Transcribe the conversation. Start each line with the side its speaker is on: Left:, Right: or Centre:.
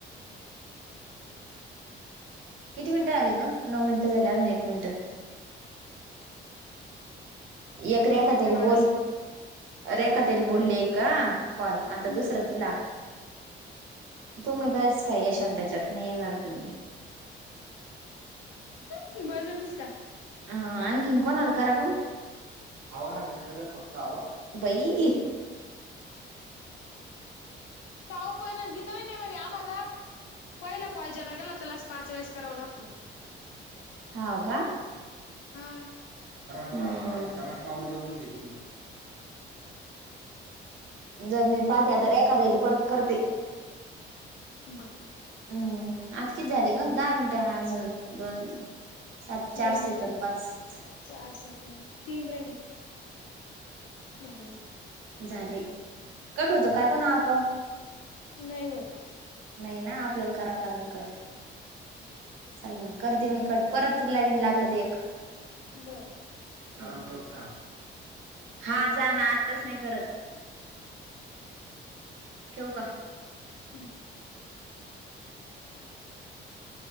Left: <unintelligible>
Right: किती मिनिटं झाले ग नऊ मिनिटं झाल्या एक मिनिटं एक रेखाताई
Left: नऊ मिनिटं
Right: ला
Left: बारा
Right: बोल
Left: सेकंड
Right: रेखात येईल बोलले का कॉल आता
Left: हम्म
Right: दुसरा तुला तु्ही कास काय यशान त्याच्यात नाही येणार तुम्ही
Left: हम् बर जबरीस का
Right: अ आणंक इंकण अलकारा कोण हवा ना त्याच्याकड फक्त हवा बाई
Left: काऊ पण ना गीता ब नाही म्ह आम्हाला पहिला कॉलजाला गेला त्याला पाच वेळेस करावा लागतो
Right: हाव का
Left: हां
Right: चव चनाट पावडरला बोलते तिकडं <inaudible> जर मी पाहते तर एखाद्या परत करते
Left: बरं
Right: हम्म आता किती झाले ग दहा मिनिटं अजून दोन सात चार
Left: दोन मिनिटं
Right: सेकड पाच
Left: चार सेकंड तीन रहिले झाले
Right: झाले कट होतो काय कोण आपोआप
Left: नाही व्हंत
Right: नाही ना आपल्याला करावं लागे कट चाल मग करते मी कट परत तुला विन लागलं ते एक
Left: बरं
Right: कारण त चार हा जा ना आत्ताच नाही करत ठेव का
Left: हम् हो